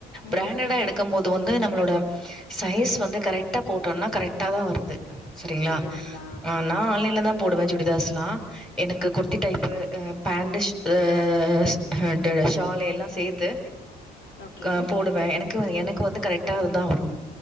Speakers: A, on the left; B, in the centre.
A: ம்
B: பிராண்டடா எடுக்கும்போது அது வந்து நம்மளோட சைஸ் வந்து கரெக்டா போட்டோன்னா கரெக்டா தா வருது சரிங்களா
A: வருதுங்களா
B: நா ஆன்லைன்ல தா போடுவே சுடிதாஸ்லா எனக்கு குர்த்தி டைப்பு ஆ பேண்டுஷ் ஆ ஸ் ஆ டு ஷால் எல்லா சேத்து
A: ஓகே
B: க போடுவே எனக் க்கு எனக்கு வந்து கரெட்டா வந்தா வரு